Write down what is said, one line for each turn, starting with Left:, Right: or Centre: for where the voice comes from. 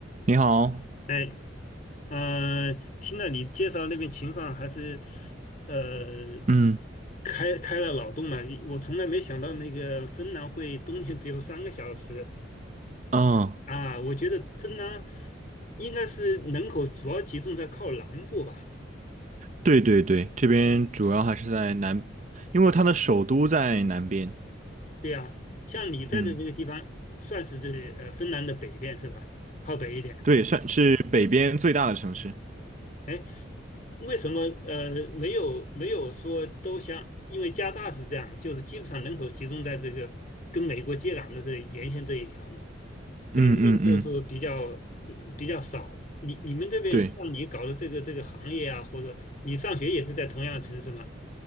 Right: 你好，
Left: 哎，嗯、呃听了你介绍那边情况，还是呃
Right: 嗯
Left: 开开了脑洞了。我从来没想到那个芬兰会冬天只有三个小时
Right: 嗯，
Left: 啊！我觉得芬兰应该是人口主要集中在靠南部吧？
Right: 对对对，这边主要还是在南，因为它的首都在南边，
Left: 对呀、像你在的那个地方，
Right: 嗯，
Left: 算是这呃芬兰的北边是吧？靠北一点。
Right: 对，算是北边最大的城市，
Left: 哎，为什么呃没有没有说都像？因为加拿大是这样，就是基本上人口集中在这个跟美国接壤的这沿线这一条嘛，北面就是说比较嗯比较少。
Right: 嗯嗯嗯，
Left: 你你们这边像你搞的这个这个行业啊，
Right: 对
Left: 或者你上学也是在同样的城市吗？